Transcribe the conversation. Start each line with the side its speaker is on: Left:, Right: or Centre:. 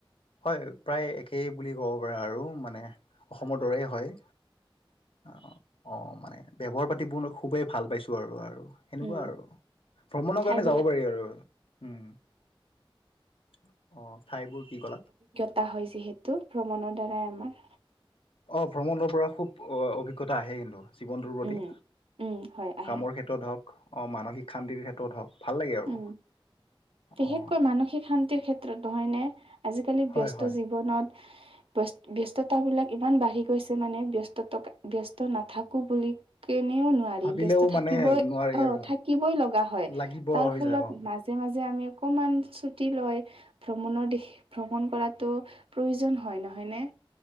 Left: হয় প্ৰায় একেই বুলি ক'ব পাৰা আৰু মানে অসমৰ দৰে হয়। অ', অ' মানে ব্যৱহাৰ পাতিবোৰ খুবেই ভাল পাইছো আৰু আৰু। সেনেকুৱা
Right: উম,
Left: আৰু ভ্ৰমণৰ
Right: ঠাইবিলাক
Left: কাৰণে যাব পাৰি আৰু উম। অ', ঠাইবোৰ কি কলা?
Right: পতা হয় যিহেতু ভ্ৰমণৰ দ্বাৰাই আমাৰ
Left: অ', ভ্ৰমণৰ পৰা খুব অভিজ্ঞতা আহে, কিন্তু জীৱনটোৰ প্ৰতি
Right: উম, উম, হয় আহে
Left: কামৰ ক্ষেত্ৰত হওক অ মানসিক শান্তিৰ ক্ষেত্ৰত ত হওক ভাল লাগে। আৰু
Right: উম। বিশেষকৈ
Left: অ
Right: মানসিক শান্তিৰ ক্ষেত্ৰত নহয়নে আজিকালি
Left: হয়
Right: ব্যস্ত
Left: হয়
Right: জীৱনত
Left: <inaudible>
Right: ব্যস্ত, ব্যস্ততাবিলাক ইমান বাঢ়ি গৈছে মানে ব্যস্ততা ব্যস্ত নাথাকো বুলি কেনেও নোৱাৰি
Left: ভাবিলেও
Right: বস্ত থাকিবই
Left: মানে নোৱাৰি
Right: আহ
Left: আৰু
Right: থাকিবই লগা হয়
Left: লাগিব
Right: তাৰ
Left: হৈ
Right: ফলত
Left: যায় অ
Right: মাজ মাজে মাজে আমি অকণমান ছুটি লয় ভ্ৰমণৰ দিশ ভ্ৰমণ কৰাতটো প্ৰয়োজন হয় নহয় নে।